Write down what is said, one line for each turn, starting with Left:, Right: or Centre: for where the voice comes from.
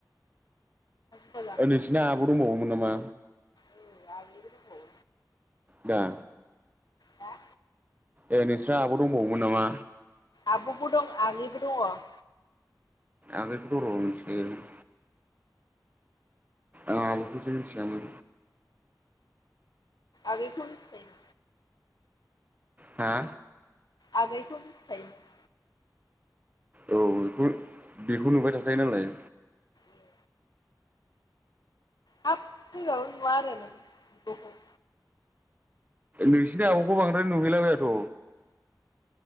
Left: खोला
Right: ओ नोंसोरना आब दंबावोमोन नामा‌?
Left: औ आगैबो दंबावो।
Right: ना।
Left: हा
Right: ए नोंस्रा आब' दंबावोमोन नामा?
Left: आब'बो दं आगैबो दङ'।
Right: आगैखौथ' र' मोन्थिखायो। आं आब'खौसो मिथियामोन।
Left: आगैखौ मिथिखायो।
Right: हा
Left: आगैखौ मिथिखायोमोन
Right: औ बेखौ बेखौ नुबाय थाखायो नालाय
Left: ए हाब फैबाबो नुवा आरो नों बिब'खौ
Right: नोंसिनि आब'खौ बांद्राय नुहैलाबायाथ'